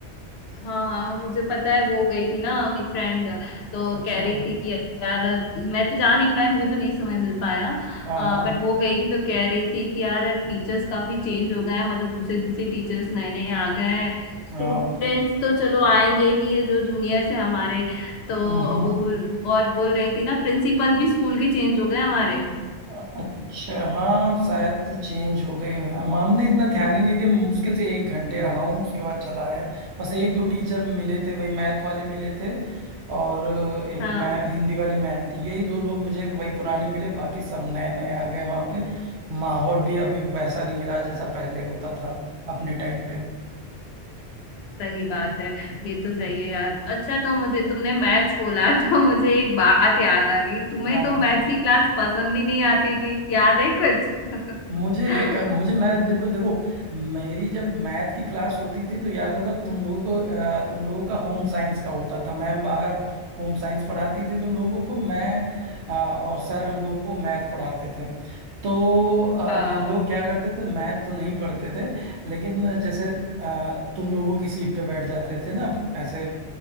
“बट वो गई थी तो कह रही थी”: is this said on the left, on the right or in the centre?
Left